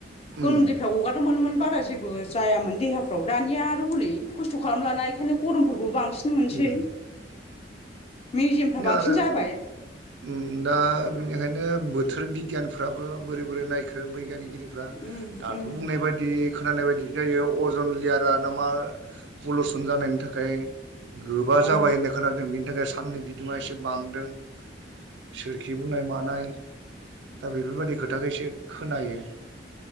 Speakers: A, on the right (about 70°); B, on the left (about 35°).
A: उम
B: गोलोमदैफायाव हगारोममोनमोन बारायो जेबो जायामोन देहाफ्राव दानिया आरो हनै खस्थ' खालाम ला बेखायनो गरमफोरखौ बांसिन। मोनसै
A: उम
B: मेजेमफ्रा। बांसिन
A: ओम
B: जाबाय
A: दा। बिनिखायनो बोथोर बिगियानफ्राबो बोरै बोरै नायखो बैग्यानिक। दाथ'
B: उम उम
A: बुंनाय बायदि खोनानाय बायदि जायो। अजन लेयार ना मा पलुसन जानायनि थाखाय। गोबा
B: उम
A: जाबाय होननाय खोनादों बेनि थाखाय साननि बिदङा एसे बांदों। सोरखि बुंनाय मानाय दा बेफोरबायदि खोथाखौ एसे। खोनायो